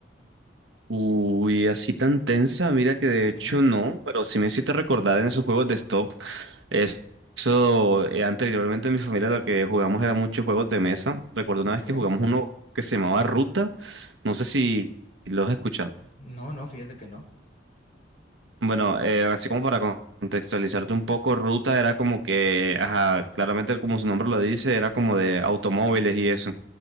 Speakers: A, on the right; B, on the left.
A: Uy, así tan tensa, mira que de
B: Ujú,
A: hecho no, pero sí me hiciste recordar en esos juegos de stop. es- Eso, eh, anteriormente en mi familia lo que jugamos era muchos juegos de mesa. Recuerdo una
B: Ok.
A: vez que jugamos uno que se llamaba Ruta, no sé si lo has escuchado.
B: No, no, fíjate que no.
A: Bueno, eh, así como para con- contextualizarte un poco, Ruta era como que, ajá, claramente como su nombre lo dice, era como de automóviles y eso.